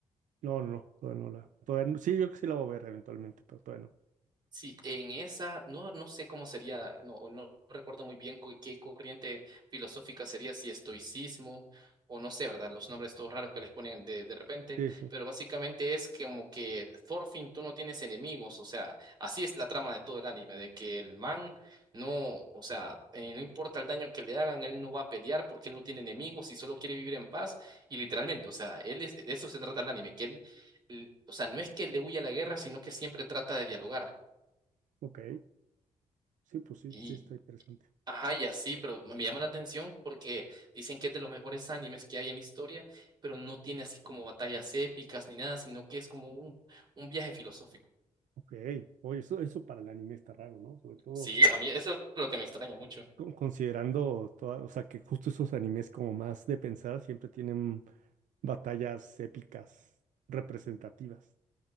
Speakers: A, on the right (about 85°); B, on the right (about 35°).
A: No, no, no, todavía no la. Todavía no- sí, yo creo que sí la voy a ver eventualmente, pero todavía no.
B: Sí, en esa, no, no sé cómo sería, no, no recuerdo muy bien cu- qué corriente filosófica sería, si estoicismo o no sé, ¿verdad? Los nombres todos raros que les ponen de, de repente,
A: Sí, sí.
B: pero básicamente es como que por fin tú no tienes enemigos, o sea, así es la trama de todo el anime, de que el man no, o sea, eh, no importa el daño que le hagan, él no va a pelear porque él no tiene enemigos y solo quiere vivir en paz y literalmente, o sea, él es, de eso se trata el anime, que él, l- o sea, no es que le huya a la guerra, sino que siempre trata de dialogar.
A: Ok. Sí, pues sí,
B: Y,
A: sí está interesante.
B: ajá, y así, pero me llama la atención porque dicen que es de los mejores animes que hay en la historia, pero no tiene así como batallas épicas ni nada, sino que es como un, un viaje filosófico.
A: Ok. Oye, eso, eso para el anime está raro, ¿no? Sobre todo
B: Sí, a mí eso es lo que me extraña mucho.
A: con- considerando toda, o sea, que justo esos animes como más de pensar siempre tienen batallas épicas representativas.